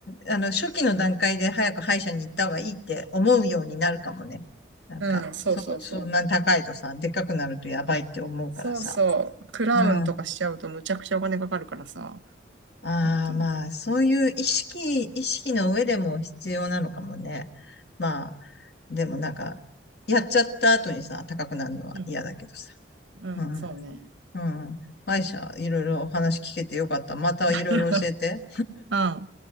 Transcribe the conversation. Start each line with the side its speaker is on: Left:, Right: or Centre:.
Left: あの、初期の段階で早く歯医者に行った方がいいって思うようになるかもね。なんか、
Right: うん、そうそうそう。
Left: そう、そんな高いとさ、でっかくなるとやばいって思うからさ。
Right: そうそう。クラウンとかしちゃうとむちゃくちゃお金かかるからさ、
Left: うん。ああ、
Right: 本当に。
Left: まあ、そういう意識、意識の上でも必要なのかもね。まあ、でもなんか、やっちゃった後にさ、高くなるのは嫌だけどさ。
Right: うん、うん、
Left: う
Right: そうね。
Left: ん。うん。歯医者、いろいろお話聞けてよかった。またいろいろ教えて。
Right: <laughs> うん。